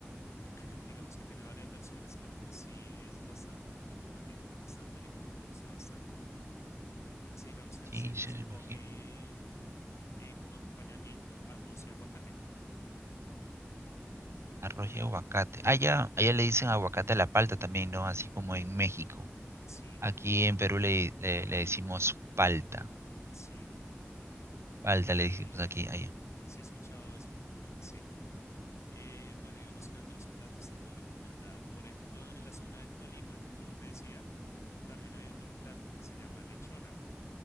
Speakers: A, on the left; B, on the right.
A: <laughs> <clears throat> Digamos que tiene varias versiones, pero pues sí es bastante completo también, bastante rico, me gusta bastante. Ese digamos casi
B: Sí,
A: siempre
B: se
A: se
B: lo
A: come
B: imagino.
A: eh, como acompañamiento arroz y aguacate.
B: Arroz y aguacate. Allá, allá le dicen aguacate a la palta también, ¿no? Así como en México.
A: Sí,
B: Aquí en Perú le, le, le decimos palta.
A: sí.
B: Palta
A: y
B: le decimos aquí, allá.
A: Sí, he escuchado eso. <laughs> Sí. Eh, bueno, digamos que otros platos te puedo recomendar. Por ejemplo, en la zona del Tolima, como te decía, también hay otro plato que se llama lechona,